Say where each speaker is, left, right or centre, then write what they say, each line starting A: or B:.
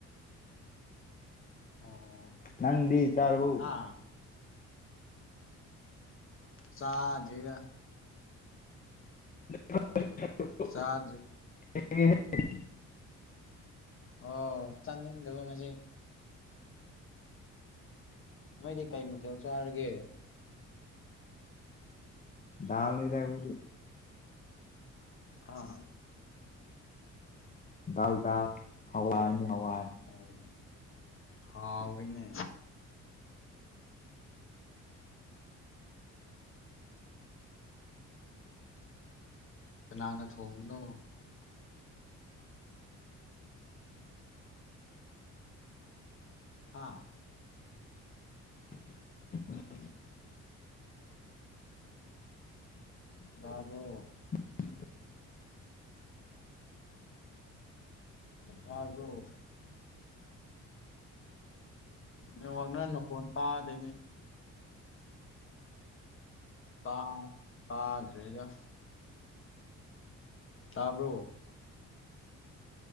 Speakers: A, on the left; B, on the left.
A: ꯑꯣ
B: ꯅꯪꯗꯤ ꯆꯥꯔꯕꫭ
A: ꯍꯥ ꯆꯥꯗ꯭ꯔꯤꯗ
B: <unintelligible>
A: ꯆꯥ
B: <unintelligible>
A: ꯑꯣ ꯆꯥꯅꯤꯡꯗꯕ ꯉꯁꯤ ꯅꯣꯏꯗꯤ ꯀꯩ ꯃꯊꯦꯜ ꯆꯥꯔꯒꯦ
B: ꯗꯥꯜꯅꯤꯗ ꯑꯈꯣꯏꯗꯤ
A: ꯍꯥ
B: ꯗꯥꯜ ꯗꯥꯜ ꯍꯋꯥꯥꯏꯅꯤ ꯍꯋꯥꯏ
A: ꯑꯣ ꯍꯥꯎꯋꯤꯅꯦ ꯀꯅꯥꯅ ꯊꯣꯡꯕꯅꯣ ꯍꯥꯥ
B: <inaudible>
A: ꯇꯥꯕ꯭ꯔꯣ
B: <inaudible>
A: ꯇꯥꯕ꯭ꯔꯣ ꯅꯦꯋꯥꯥꯛꯅ ꯅꯈꯣꯟ ꯇꯥꯗꯦꯅꯦ ꯥ ꯇꯥ ꯇꯥꯗ꯭ꯔꯦꯗ ꯇꯥꯕ꯭ꯔꯣ